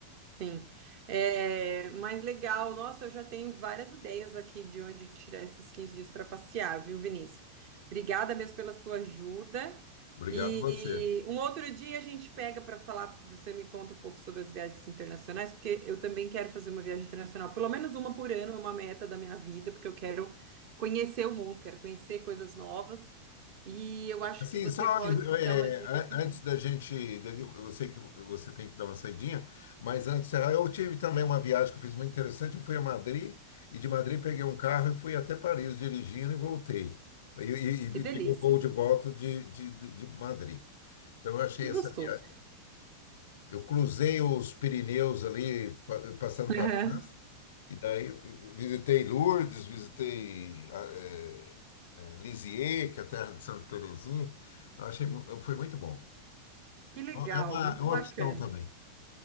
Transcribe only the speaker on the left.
Obrigado
a você.
Assim,
só
é,
a-
antes da gente, da- eu sei que você tem que dar uma saidinha, mas antes, ah, eu tive também uma viagem que eu fiz muito interessante. Eu fui a Madrid e de Madrid peguei um carro e fui até Paris dirigindo e voltei. E, e- e
peguei o voo de volta de, de, de de Madrid. Então eu achei
essa
viagem. Eu cruzei os Pirineus ali, pa- passando
para a França. E daí visitei Lourdes, visitei ah, eh, eh, Lisieux, que é a terra de Santa Terezinha. Eu Achei, mu- foi muito bom.
É uma,
é uma
opção também.